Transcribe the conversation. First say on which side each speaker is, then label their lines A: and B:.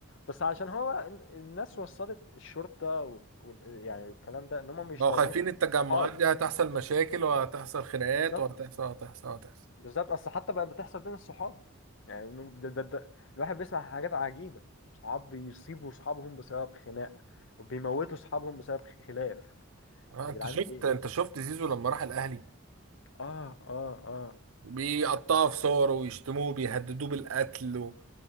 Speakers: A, on the left; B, on the right.
A: بس عشان هو ال- الناس وصلت الشرطه وال... وال- يعني الكلام ده ان هم مش
B: بقوا
A: ضامنين
B: خايفين
A: حق
B: التجمعات
A: الصحاب
B: دي هتحصل مشاكل وهتحصل خناقات
A: بالظبط
B: وهتحصل وهتحصل وهتحصل
A: بالظبط اصل حتى بقى بتحصل بين الصحاب يعني ده ده ده الواحد بيسمع حاجات عجيبه صحاب بيصيبوا صحابهم بسبب خناقه وبيموتوا صحابهم بسبب خلاف
B: اه
A: يا
B: انت
A: جدعان
B: شفت
A: ليه
B: انت شفت زيزو لما راح الاهلي
A: اه اه اه
B: بيقطعوا
A: يعني
B: في صوره ويشتموه بيهددوه بالقتل و...